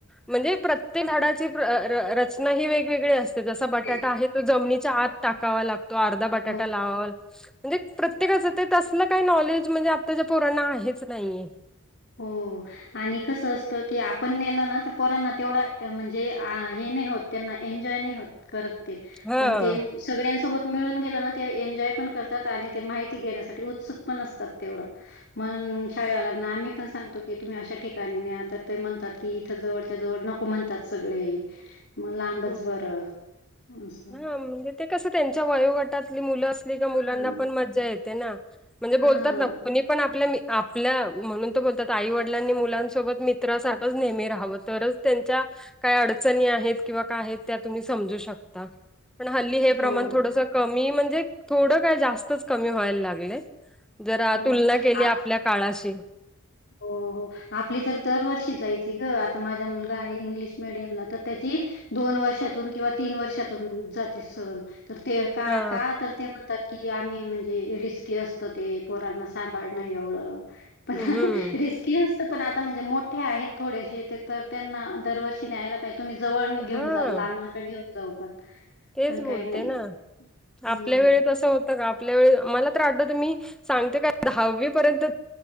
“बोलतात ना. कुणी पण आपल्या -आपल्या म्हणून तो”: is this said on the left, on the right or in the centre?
Centre